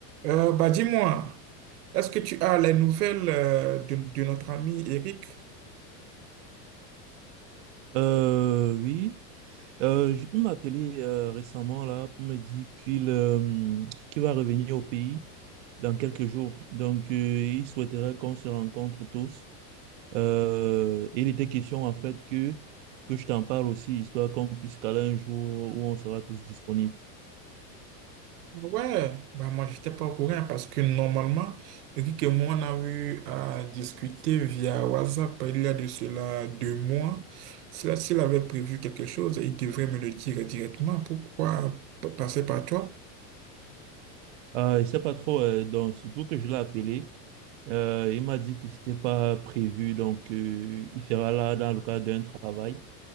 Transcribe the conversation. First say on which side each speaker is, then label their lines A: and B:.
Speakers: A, on the right (about 70°); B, on the right (about 50°).
A: Euh, bah dis-moi, est-ce que tu as les nouvelles euh, de, de notre ami Eric?
B: Euh, oui. Euh, j- il m'a appelé euh, récemment là pour me dire qu'il euh, qu'il va revenir au pays dans quelques jours. Donc, euh, il souhaiterait qu'on se rencontre tous. Euh, et il était question en fait que, que je t'en parle aussi, histoire qu'on puisse caler un jour où on sera tous disponibles.
A: Ah Ouais, bah moi j'étais pas au courant parce que normalement, Eric et moi on a eu à discuter via WhatsApp il y a de cela deux mois. S'il s'il avait prévu quelque chose, il devrait me le dire directement. Pourquoi p- passer par toi?
B: Ah, je sais pas trop, euh, donc, surtout que je l'ai appelé. Euh, il m'a dit que c'était pas prévu, donc euh, il sera là dans le cadre d'un travail.